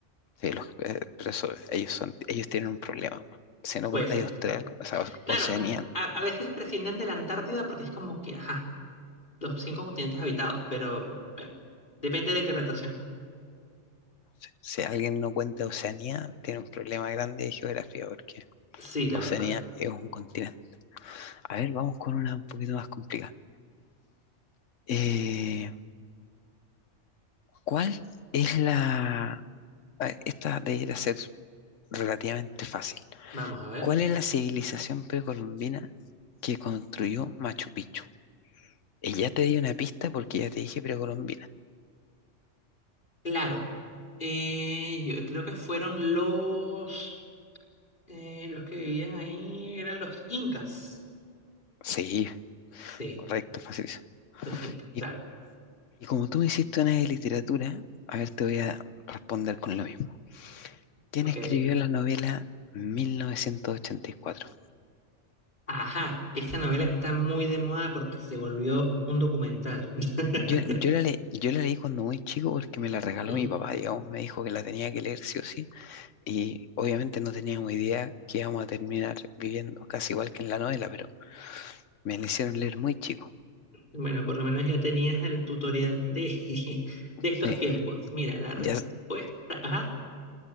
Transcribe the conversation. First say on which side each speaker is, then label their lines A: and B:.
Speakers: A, on the left; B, on the left.
A: los- eh, pero eso, ellos son, ellos tienen un problema. Si no
B: Puede
A: contáis
B: ser.
A: Australia, o sea, Oce-
B: Claro,
A: Oceanía.
B: a, a veces prescinden de la Antártida porque es como que, ajá, los cinco continentes habitados, pero mm, bueno, depende de la interpretación.
A: Si si alguien no cuenta Oceanía, tiene un problema grande de geografía, porque
B: Sí, la
A: Oceanía
B: verdad.
A: es un continente. A ver, vamos con una un poquito más complicada. Eh, ¿cuál es la Ah, Esta debería ser relativamente fácil.
B: Vamos a ver.
A: ¿Cuál es la civilización precolombina que construyó Machu Picchu? Y ya te di una pista porque ya te dije precolombina.
B: Claro, eh, yo creo que fueron los, eh, los que vivían ahí, eran los incas.
A: Sí,
B: Sí,
A: correcto, facilísimo.
B: los incas,
A: Y,
B: claro.
A: y como tú me hiciste una de literatura, a ver, te voy a responder con lo mismo. ¿Quién
B: Ok.
A: escribió la novela 1984?
B: Ajá, esta novela está muy de moda porque se volvió un documental. <laughs>
A: Yo, yo la le- yo la leí cuando muy chico porque me la regaló
B: Mm.
A: mi papá, digamos, me dijo que la tenía que leer sí o sí. Y obviamente no teníamos idea que íbamos a terminar viviendo casi igual que en la novela, pero me la hicieron leer muy chico.
B: Bueno, por lo menos ya tenías el tutorial de, <laughs> de estos
A: Sí,
B: tiempos. Mira, la respuesta.
A: ya,
B: Ajá,